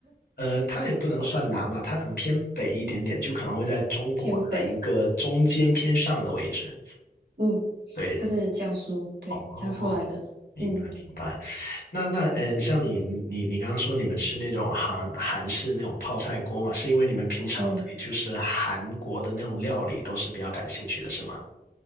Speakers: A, on the left (about 70°); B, on the right (about 80°).
A: 呃，它也不能算南吧，它可能偏北一点点，就可能会在中国的一个中间偏上的位置。
B: 偏北，嗯
A: 对，
B: 他是江苏对江苏来的，
A: 哦，明白明白。
B: 嗯
A: 那那嗯，呃像你你你刚刚说你们吃那种韩韩式那种泡菜锅嘛，是因为你们平常对就是韩国的那种料理都是比较感兴趣的，
B: 嗯，
A: 是吗？